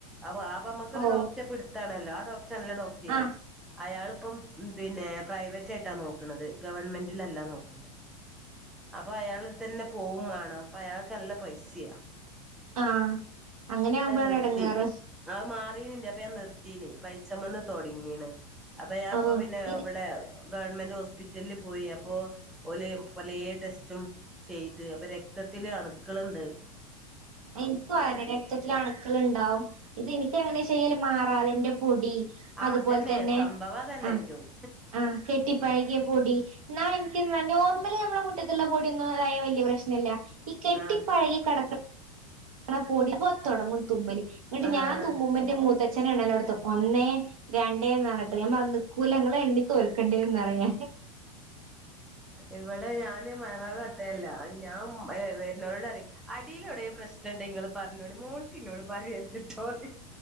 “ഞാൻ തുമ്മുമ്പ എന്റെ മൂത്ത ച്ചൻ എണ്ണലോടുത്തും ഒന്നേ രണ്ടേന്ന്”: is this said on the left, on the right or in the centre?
Right